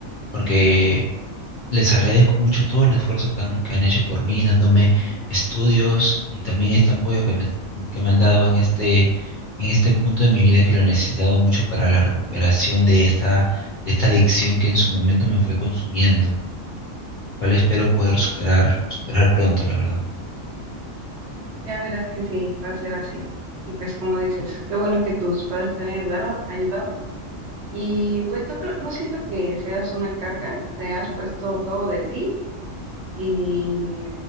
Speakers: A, on the left (about 60°); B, on the right (about 60°).
A: Porque Les agradezco mucho todo el esfuerzo que han, que han hecho por mí, dándome estudios y también este apoyo que me, que me han dado en este, en este punto de mi vida que lo he necesitado mucho para la recuperación de esta, de esta adicción que en su momento me fue consumiendo, cual espero poder superar, superar pronto, la verdad.
B: Ya verás que sí, va a ser así. Y pues como dices, qué bueno que tus padres te han ayudado, ayudado. Y pues no creo, no siento que seas una carga, le has puesto todo de ti Y,